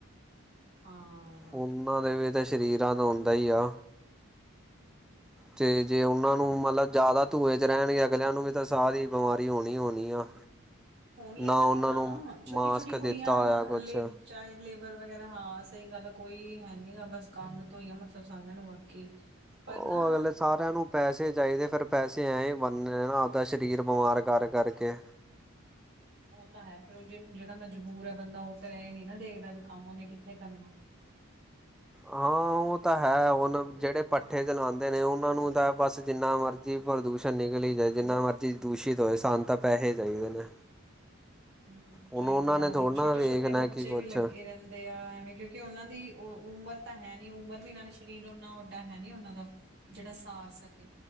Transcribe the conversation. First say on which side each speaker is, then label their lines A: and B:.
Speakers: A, on the right; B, in the centre.
A: ਹਾਂ
B: ਉਹਨਾਂ ਦੇ ਵੀ ਤਾਂ ਸ਼ਰੀਰਾਂ ਦਾ ਹੁੰਦਾ ਹੀ ਆ ਤੇ ਜੇ ਉਹਨਾਂ ਨੂੰ ਮਤਲਬ ਜ਼ਿਆਦਾ ਧੂੰਏ ਰਹਿਣਗੇ ਅਗਲਿਆਂ ਨੂੰ ਵੀ ਤਾਂ ਸਾਹ ਦੀ ਬਿਮਾਰੀ ਹੋਣੀ ਹੋਣੀ ਆ
A: ਹੋਨੀਆਂ
B: ਨਾ
A: ਨਾਲੇ
B: ਉਹਨਾਂ
A: ਹਾਂ
B: ਨੂੰ
A: ਛੋਟੀ
B: ਮਾਸਕ
A: ਛੋਟੀ
B: ਦਿੱਤਾ
A: ਕੁੜੀਆਂ
B: ਹੋਇਆ ਕੁਛ
A: ਲੇ ਚਾਈਲਡ ਲੇਬਰ ਵਗੈਰਾ ਹਾਂ ਸਹੀ ਗੱਲ ਕੋਈ ਹੈ ਨੀ ਗਾ ਬਸ ਕੰਮ ਤੋਂ ਹੀ ਆ ਮਤਲਬ ਸਾਰਿਆਂ ਨੂੰ ਬਾਕੀ ਪਰ
B: ਉਹ
A: ਨਾ
B: ਅਗਲੇ ਸਾਰਿਆਂ ਨੂੰ ਪੈਸੇ ਚਾਹੀਦੇ ਫੇਰ ਪੈਸੇ ਐਂ ਹੀ ਬੰਨੇ ਆਪਦਾ ਸਰੀਰ ਬਿਮਾਰ ਕਰ ਕਰਕੇ।
A: ਉਹ ਤਾਂ ਹੈ ਫਿਰ ਜਿਹੜਾ ਮਜਬੂਰ ਹੈ ਬੰਦਾ ਉਹ ਫੇਰ ਇਹ ਨੀ ਨਾ ਦੇਖਦਾ ਵੀ ਕੰਮ ਉਹਨੇ ਕਿੱਥੇ ਕਰਨਾ
B: ਹਾਂ ਉਹ ਤਾਂ ਹੈ ਹੁਣ ਜਿਹੜੇ ਪੱਠੇ ਚਲਾਂਦੇ ਨੇ ਉਹਨਾਂ ਨੂੰ ਤਾਂ ਬਸ ਜਿੰਨਾ ਮਰਜ਼ ਜੀ ਪ੍ਰਦੂਸ਼ਣ ਨਿਕਲੀ ਜਾਏ ਜਿੰਨਾ ਮਰਜ਼ੀ ਦੂਸ਼ਿਤ ਹੋਏ ਸਾਨ ਤਾਂ ਪੈਸੇ ਚਾਹੀਦੇ ਨੇ।
A: ਹੁ
B: ਹੁਣ
A: ਚਾਹੀਦੇ
B: ਉਹਨਾਂ
A: ਆ
B: ਨੇ ਥੋੜ੍ਹਾ
A: ਵੀ ਛੋਟੇ
B: ਨਾ ਵੇਖਣਾ
A: ਛੋਟੇ ਬੱਚੇ
B: ਕਿ ਕੁਛ
A: ਵੀ ਲੱਗੇ ਰਹਿੰਦੇ ਆ ਏਵੇਂ ਕਿਉਂਕਿ ਕਿ ਉਹਨਾਂ ਦੀ ੳ ਉਮਰ ਤਾਂ ਹੈ ਨੀ ਉਮਰ ਵੀ ਨਾਲੇ ਸਰੀਰ ਓਨਾ ਓਡਾ ਹੈ ਨੀ ਉਹਨਾਂ ਦਾ ਜਿਹੜਾ ਸਾਰ ਸਕੇ